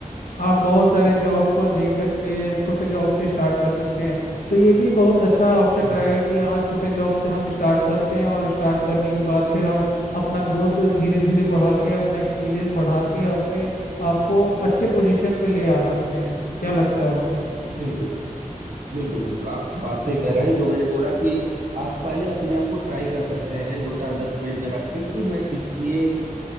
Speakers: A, on the left; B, on the right.
A: आप बहुत सारे जॉब को देख सकते हैं छोटे जॉब से स्टार्ट कर सकते हैं तो ये भी बहुत अच्छा ऑप्शन
B: हम्म,
A: रहेगा कि हाँ छोटे जॉब से हम स्टार्ट करते हैं और स्टार्ट करने के बाद फिर हम अपना ग्रोथ धीरे धीरे बढ़ा के अपना एक्सपीरियंस बढ़ा के अपने आप को अच्छे पोजीशन पे ले आ सकते हैं क्या लगता है आपको
B: बिल्कुल बिल्कुल बिल्कुल आप बात सही कह रहे हैं जो मैंने बोला कि आप पहले अपने आप को ट्राई कर सकते हैं दो चार दस फील्ड में रख के कि मैं किस लिए अ,